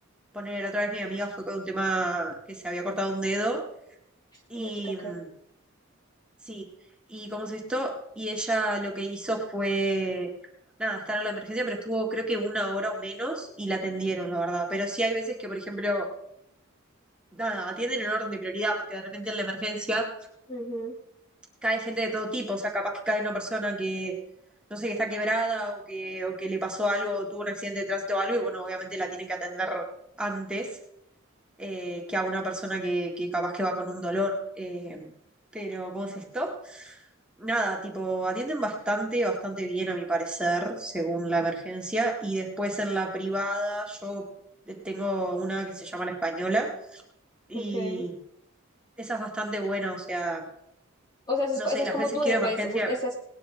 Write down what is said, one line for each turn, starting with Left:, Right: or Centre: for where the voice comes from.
Centre: poner la otra vez mi amiga fue con un tema que se había cortado un dedo y
Left: una chica, ok.
Centre: mm, sí, y cómo es esto, y ella lo que hizo fue, nada, estar a la emergencia, pero estuvo creo que una hora o menos y la atendieron, la verdad, pero sí hay veces que, por ejemplo, nada, atienden en orden de prioridad, porque de repente en la emergencia
Left: Ujú,
Centre: cae gente de todo tipo, o sea, capaz que cae una persona que, no sé, que está quebrada o que, o que le pasó algo, o tuvo un accidente de tránsito o algo, y bueno, obviamente la tienen que atender antes eh, que a una persona que, que capaz que va con un dolor. eh, pero, ¿cómo es esto? Nada, tipo, atienden bastante, bastante bien a mi parecer, según la emergencia, y después en la privada yo tengo una que se llama La Española, y
Left: Okay.
Centre: esa es bastante buena, o sea,
Left: O sea, esa es,
Centre: no
Left: co-
Centre: sé,
Left: esa es
Centre: las
Left: como
Centre: veces
Left: tu
Centre: que
Left: EPS,
Centre: he ido de emergencia,
Left: esa, esa esas